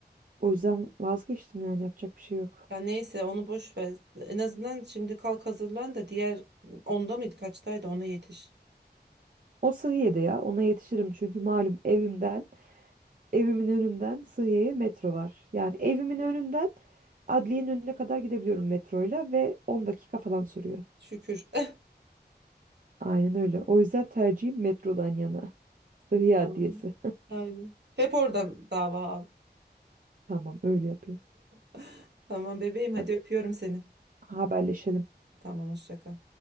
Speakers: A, on the right; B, on the right.
A: O yüzden vazgeçtim yani yapacak bir şey yok.
B: Ya neyse onu boş ver. En azından şimdi kalk hazırlan da diğer onda mıydı kaçtaydı ona yetiş.
A: O Sıhiye'de ya ona yetişirim çünkü malum evimden, evimin önünden Sıhiye'ye metro var. Yani evimin önünden adliyenin önüne kadar gidebiliyorum metroyla ve 10 dakika falan sürüyor.
B: Şükür. <laughs>
A: Aynen öyle. O yüzden tercihim metrodan yana. Sıhhi
B: Tamam.
A: Adliyesi.
B: Aynen. Hep oradan dava al.
A: <laughs> Tamam öyle yapayım.
B: <laughs> Tamam bebeğim hadi
A: Hadi
B: öpüyorum seni.
A: Haberleşelim.
B: Tamam hoşça kal.